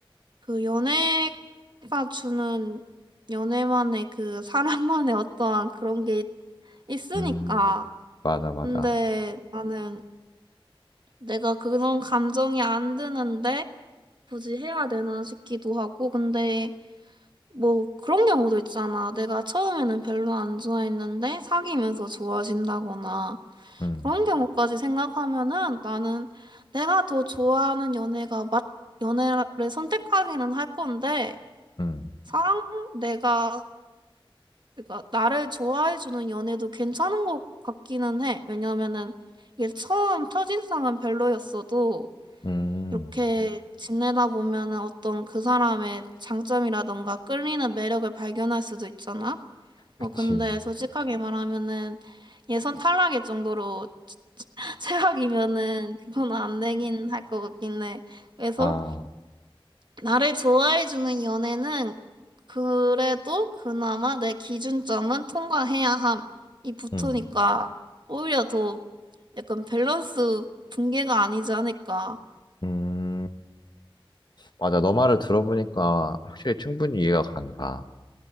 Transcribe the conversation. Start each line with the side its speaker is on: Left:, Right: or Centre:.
Right: 그 연애가 주는 연애만의 그 사람만의 어떠한 그런 게 있, 있으니까.
Left: 음, 맞아, 맞아.
Right: 근데 나는 내가 그런 감정이 안 드는데 굳이 해야 되나 싶기도 하고. 근데 뭐 그런 경우도 있잖아. 내가 처음에는 별로 안 좋아했는데 사귀면서 좋아진다거나
Left: 음,
Right: 그런 경우까지 생각하면은 나는 내가 더 좋아하는 연애가 맞, 연애를 선택하기는 할 건데
Left: 음,
Right: 사랑 내가 그러니까 나를 좋아해 주는 연애도 괜찮은 것 같기는 해. 왜냐면은 이게 처음 첫인상은 별로였어도
Left: 음,
Right: 이렇게 지내다 보면은 어떤 그 사람의 장점이라던가 끌리는 매력을 발견할 수도 있잖아. 뭐
Left: 그치.
Right: 근데 솔직하게 말하면은 예선 탈락일 정도로 <laughs> 최악이면은 그건 안 되긴 할 것 같긴 해. 그래서
Left: 아,
Right: 나를 좋아해주는 연애는 그래도 그나마 내 기준점은 통과해야 함이 붙으니까
Left: 음,
Right: 오히려 더 약간 밸런스 붕괴가 아니지 않을까.
Left: 음, 맞아. 너 말을 들어보니까 확실히 충분히 이해가 간다.